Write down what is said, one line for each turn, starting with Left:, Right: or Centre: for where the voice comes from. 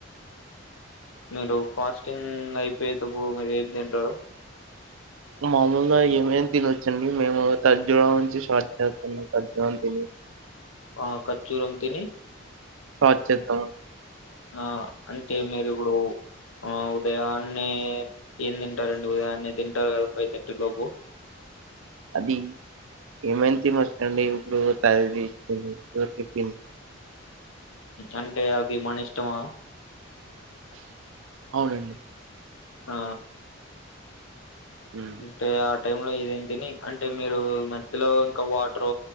Left: మీరు ఫాస్టింగ్ అయిపోయే తప్పు మీరు ఏం తింటారు
Right: మాముూలుగా ఏమేమి తినొచ్చండి మేము తర్జూ నుంచి షార్ట్ చేస్తున్నాం తర్జన తిని
Left: ఆ ఖర్చ్చూరు అమ్ తని
Right: సహ చేేతమ
Left: ఆ అంటే మీరు ఇప్పుడు ఆ ఉదయాన్నే ఏం తింటారండి ఉదయాన్నే తింటారు కదా ఫై్ తథర్టీ లోపు
Right: అది ఏమంతి మచ్చడి ఇప్పుడు తయీప్పింది
Left: అంటే అవి మన ఇష్టమా
Right: అవునండి
Left: ఆ
Right: ఉమ్.
Left: అంటే ఆ టై లో ఇదేం తిని అంటే మీరు మధ్యలో ఇంకా వాటర్